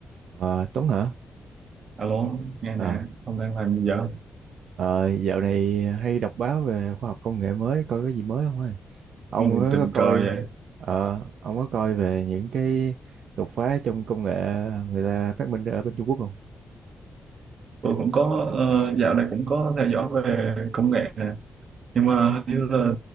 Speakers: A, on the right; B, on the right.
A: Ờ, Tuấn hả?
B: Alo, nghe
A: Ờ,
B: nè, ông đang làm gì vậy?
A: ờ, dạo này hay đọc báo về khoa học công nghệ mới, coi có gì mới không ơi? Ông
B: Ông
A: có
B: tình
A: coi,
B: cờ vậy.
A: ờ, ông có coi về những cái đột phá trong công nghệ người ta phát minh ra ở bên Trung Quốc không?
B: Tôi cũng có, ờ, dạo này cũng có theo dõi về công nghệ nè. Nhưng mà hình như là